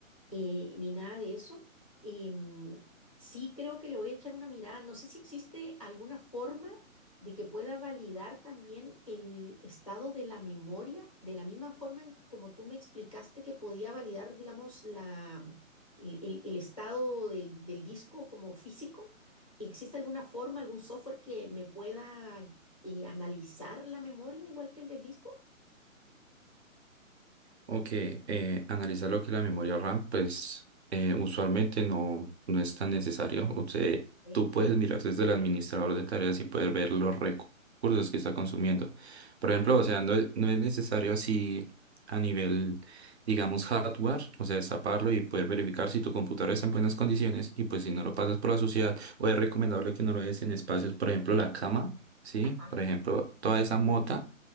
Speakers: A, on the left; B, on the right.
A: eh, ni nada de eso. Em, sí creo que le voy a echar una mirada. No sé si existe alguna forma de que pueda validar también el estado de la memoria, de la misma forma en como tú me explicaste que podía validar, digamos, la, el, el- el estado del, del disco como físico. ¿Existe alguna forma, algún software que me pueda eh, analizar la memoria igual que el del disco?
B: Ok, eh, analizar lo que es la memoria RAM, pues eh, usualmente no, no es tan necesario. Usted,
A: Sí.
B: tú puedes mirar desde el administrador de tareas y puedes ver los recu- recursos que está consumiendo. Por ejemplo, o sea, no, es- no es necesario así a nivel, digamos, hardware, o sea, destaparlo y poder verificar si tu computadora está en buenas condiciones y pues si no lo pasas por la suciedad, o es recomendable que no lo des en espacios, por ejemplo, la cama, ¿sí?
A: Ajá,
B: Por ejemplo, toda esa mota